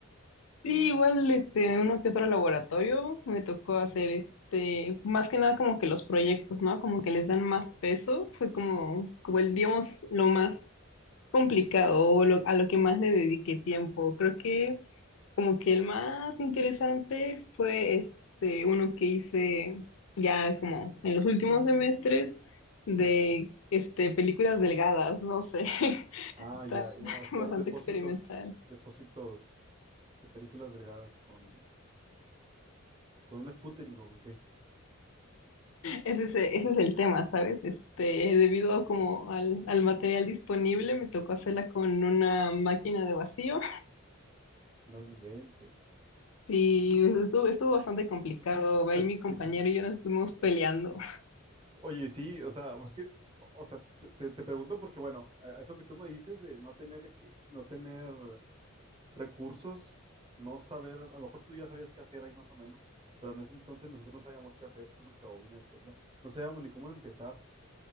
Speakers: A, on the left; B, on the right.
A: Sí, igual este, uno que otro laboratorio me tocó hacer este, más que nada como que los proyectos, ¿no? Como que les dan más peso, fue como, como el, digamos, lo más complicado o lo- a lo que más le dediqué tiempo. Creo que como que el más interesante fue este, uno que hice ya como en los últimos semestres de
B: Sí.
A: este, películas delgadas, no sé, <laughs>
B: Ah,
A: está
B: ya. eh,
A: <laughs>
B: Hacías
A: bastante
B: depósitos,
A: experimental.
B: depósitos de películas delgadas con, con un sputtering o con qué.
A: Ese es, ese es el tema, ¿sabes? Este, debido a como al, al material disponible, me tocó hacerla con una máquina de vacío.
B: No inventes. <laughs>
A: Sí, estuvo, estuvo bastante complicado. Ahí
B: Sí.
A: mi compañero y yo nos estuvimos peleando.
B: Oye, sí, o sea, es que, o sea, te, te- te pregunto porque, bueno, a- eso que tú me dices de no tener, que- no tener recursos, no saber, a lo mejor tú ya sabías qué hacer ahí más o menos, pero en ese entonces nosotros no sabíamos qué hacer con nuestra bobina de Tesla. No sabíamos ni cómo empezar.